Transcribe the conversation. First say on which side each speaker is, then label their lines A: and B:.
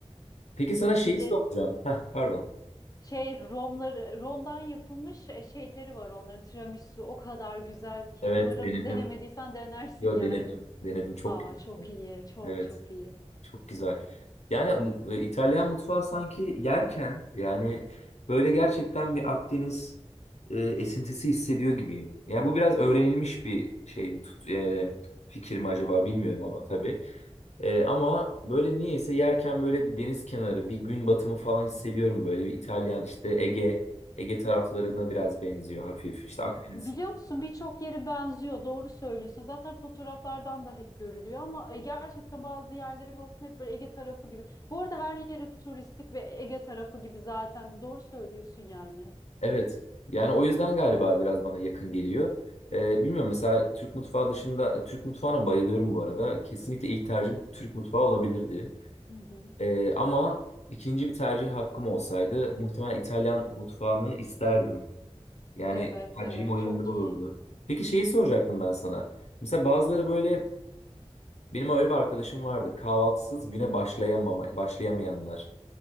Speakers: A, on the left; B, on the left.
A: Peki sana şeyi
B: Ya bir
A: soracağım.
B: de
A: Heh, pardon.
B: şey romları, romdan yapılmış e, şeyleri var onların tiramisu o kadar güzel ki.
A: Evet
B: Umarım
A: denedim.
B: denemediysen denersin
A: Yo
B: yani.
A: denedim. Denedim. Çok
B: Aa
A: güzel.
B: çok iyi, çok
A: Evet.
B: çok iyi.
A: Çok güzel. Yani e, İtalyan mutfağı sanki yerken yani böyle gerçekten bir Akdeniz e, esintisi hissediyor gibiyim. Yani bu biraz öğrenilmiş bir şey mi tut, e, fikir mi acaba bilmiyorum ama tabii. Ee, ama böyle niyeyse yerken böyle bir deniz kenarı, bir gün batımı falan hissediyorum böyle. Bir İtalyan işte Ege, Ege taraflarına biraz benziyor hafif. İşte Akdeniz.
B: Biliyor musun birçok yeri benziyor. Doğru söylüyorsun. Zaten fotoğraflardan da hep görülüyor ama e, gerçekten bazı yerleri olsun hep böyle Ege tarafı gibi. Bu arada her yeri turistik ve Ege tarafı gibi zaten. Doğru söylüyorsun yani.
A: Evet. Yani o yüzden galiba biraz bana yakın geliyor. Ee, bilmiyorum mesela Türk mutfağı dışında, e, Türk mutfağına bayılıyorum bu arada. Kesinlikle ilk tercihim Türk mutfağı olabilirdi.
B: Hı hı.
A: Ee, ama ikinci bir tercih hakkım olsaydı muhtemelen İtalyan mutfağını isterdim. Yani
B: Evet,
A: tercihim
B: evet,
A: o yönde
B: çok
A: olurdu.
B: iyi.
A: Peki şeyi soracaktım ben sana. Mesela bazıları böyle Benim öyle bir arkadaşım vardı. Kahvaltısız güne başlayamama, başlayamayanlar.